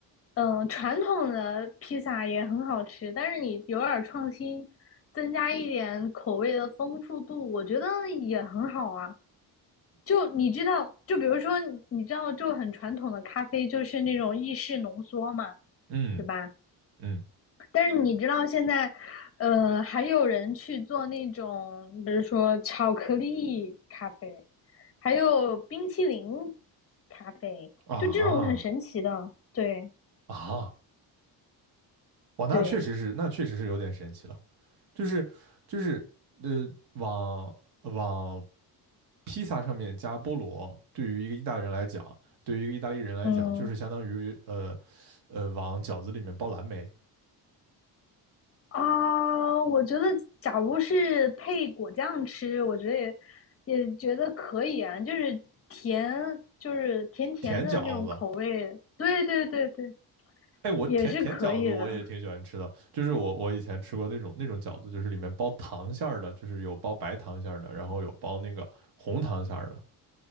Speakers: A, on the left; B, on the right.
A: 嗯、传统的披萨也很好吃，但是你有点儿创新，增加一点口味的丰富度，我觉得也很好啊。就你知道，就比如说你你知道，就很传统的咖啡就是那种意式浓缩嘛，
B: 嗯。
A: 对吧？
B: 嗯
A: 但是你知道现在，呃，还有人去做那种，比如说巧克力咖啡。还有冰淇淋咖啡，
B: 啊
A: 就这种很神奇的。对
B: 啊哇，那确实是，
A: 对，
B: 那确实是有点神奇了。就是就是呃，往往披萨上面加菠萝，对于一个意大利人来讲，对于一个意大利人来讲，
A: 嗯
B: 就是相当于呃呃往饺子里面包蓝莓，
A: 啊，我觉得假如是配果酱吃，我觉得也也觉得可以啊，就是甜，就是甜甜的那种口味。
B: 甜饺子。
A: 对对对对，
B: 哎，我甜甜饺子我也挺喜欢吃的，
A: 也是可以的。
B: 就是我我以前吃过那种那种饺子，就是里面包糖馅儿的，就是有包白糖馅儿的，然后有包那个红糖馅儿的。